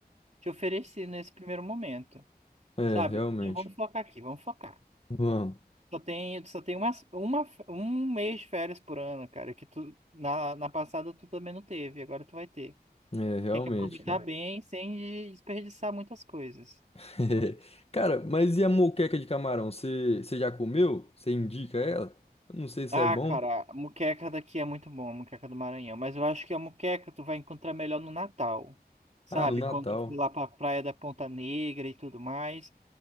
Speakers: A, on the right; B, on the left.
A: te ofereci nesse primeiro momento,
B: É,
A: sabe?
B: realmente.
A: Então vamos focar aqui, vamos focar.
B: Vamos.
A: Só tem, só tem uma, uma, um mês de férias por ano, cara, que tu, na, na passada tu também não teve, agora tu vai ter.
B: É, realmente,
A: Tem que aproveitar
B: cara.
A: bem sem desperdiçar muitas coisas.
B: <laughs> Cara, mas e a moqueca de camarão? Você você já comeu? Você indica ela? Eu não sei se
A: Ah,
B: é bom.
A: cara, a moqueca daqui é muito bom, a moqueca do Maranhão, mas eu acho que a moqueca tu vai encontrar melhor no Natal, sabe?
B: Ah, no Natal.
A: Quando tu for lá pra Praia da Ponta Negra e tudo mais,